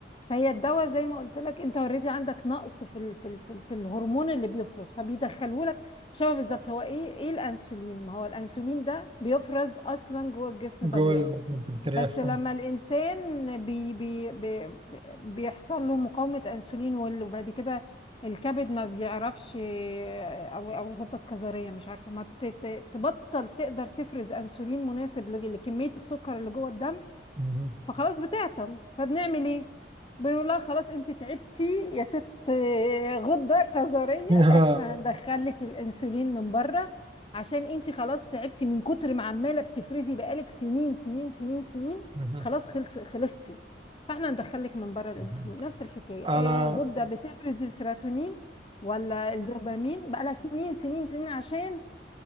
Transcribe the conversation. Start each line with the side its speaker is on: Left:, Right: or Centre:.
Left: فهي الدواء زي ما قلت لك انت اوريدي عندك نقص في ال في ال في, ال في الهرمون اللي بيفرز فبيدخلوا لك شبه بالظبط هو ايه ايه الانسولين ما هو الانسولين ده بيفرز اصلا جوه الجسم
Right: جوه
Left: طبيعي
Right: البنكرياس
Left: بس لما
Right: اه
Left: الانسان بي بي بي بي- بيحصل له مقاومة انسولين وال- وبعد كده الكبد ما بيعرفش او او الغدة الكظرية مش عارفة ما ت- ت- تبطل تقدر تفرز انسولين مناسب لج- لكمية السكر اللي جوه الدم
Right: مهم.
Left: فخلاص بتعطل فبنعمل ايه بنقول لها خلاص انت تعبتي يا ست آه، غدة كظرية
Right: <laughs> مهم.
Left: احنا هندخل لك الانسولين من بره عشان انت خلاص تعبتي من كتر ما عمالة بتفرزي بقالك سنين سنين سنين سنين
Right: مهم.
Left: خلاص خلص خلصتي فاحنا هندخل لك من بره الانسولين
Right: مهم.
Left: نفس الحكاية آه،
Right: انا
Left: غدة بتفرز السيروتونين ولا الدوبامين بقالها سنين سنين سنين عشان